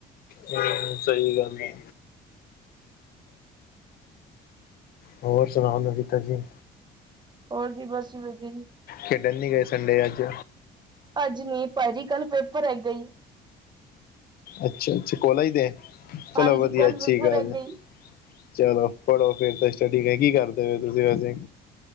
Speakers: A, on the left; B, on the right.
A: ਹੂੰ ਸਈ ਗੱਲ ਐ। ਹੋਰ ਸਨਾਓ ਨਵੀ ਤਾਜੀ
B: ਹੋਰ ਜੀ ਬਸ ਵਦੀਆ ਜੀ।
A: ਖੇਡਨ ਨੀ ਗਏ ਸੰਡੇ ਐ ਅੱਜ।
B: ਅੱਜ ਨੀ ਭਾਜੀ ਕੱਲ ਪੇਪਰ ਹੈਗਾ ਈ।
A: ਅੱਛਾ-ਅੱਛਾ ਕੋਲੇਜ ਦੇ,
B: ਹਾਂਜੀ
A: ਚਲੋ ਵਦੀਆ
B: ਕੱਲ
A: ਅੱਛੀ
B: ਪੇਪਰ
A: ਗੱਲ
B: ਹੈਗਾ
A: ਐ।
B: ਈ
A: ਚਲੋ ਪੜ੍ਹੋ ਫੇਰ ਤਾਂ ਸਟੱਡੀ ਕੀ-ਕੀ ਕਰਦੇ ਹੋ ਤੁਸੀਂ ਵੈਸੇ